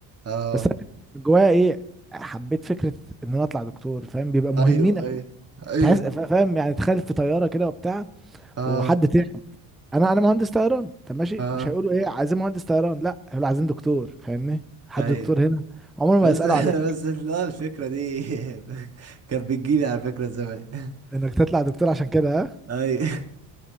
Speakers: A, on the right (about 30°); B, in the centre.
A: اه
B: بس انا كنت من جوايا ايه حبيت فكرة ان انا اطلع دكتور فاهم بيبقى مهمين
A: ايوه ايوه ايوه
B: تحس فا- فاهم يعني تخيل في طياره كده وبتاع
A: اه
B: وحد تعب انا انا مهندس طيران طب ماشي
A: اه
B: مش هيقولوا ايه عايزين مهندس طيران لا هيقولوا عايزين دكتور فاهمني حد
A: ايوه
B: دكتور هنا عمرهم
A: بس
B: ما يسالوا
A: <laughs>
B: عليك
A: بس لا الفكره دي <laughs> كانت بتجيلي على فكره زمان <laughs>
B: انك تطلع دكتور عشان كده ها
A: اي